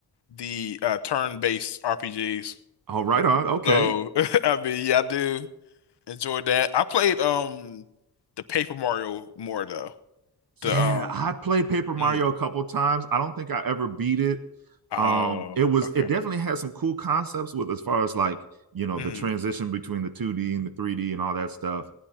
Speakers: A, on the left (about 80°); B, on the right (about 60°).
A: the uh turn-based RPGs.
B: Oh, right on. Okay.
A: So <laughs> I mean yeah, I do enjoy that. I played um the Paper Mario more though. The
B: Yeah,
A: um
B: I played Paper Mario
A: mm,
B: a couple times. I don't think I ever beat it.
A: oh
B: Um, it was
A: okay.
B: it definitely had some cool concepts with as far as like you know
A: Mm,
B: the transition between the 2D and the 3D and all that stuff.